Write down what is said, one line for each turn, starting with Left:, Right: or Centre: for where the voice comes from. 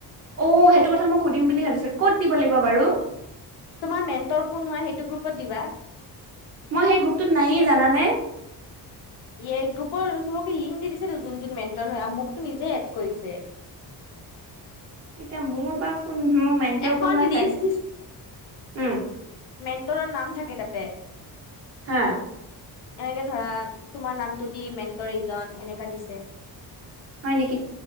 Right: অ সেইটো কথা মই সুধিম বুলি ভাবিছো ক'ত দিব লাগিব বাৰু?
Left: তোমাৰ মেণ্টৰ কোন হয় সেইটো গ্ৰুপত দিবা
Right: মই সেই গ্ৰুপটোত নাইয়ে জানানে
Left: ইয়ে গ্ৰুপৰ চবকে লিংক দি দিছে যোন যোন মেন্টল হয় মোকটো নিজে এড কৰিছে
Right: এতিয়া মোৰ বা কোন মোৰ মেণ্টৰ
Left: এখন
Right: কোন মই
Left: লিষ্ট
Right: তাক উম
Left: মেণ্টৰৰ নাম থাকে তাতে
Right: হা
Left: এনেকে ধৰা তোমাৰ নামটো দি মেণ্টৰ এইজন এনেকা দিছে
Right: হয় নিকি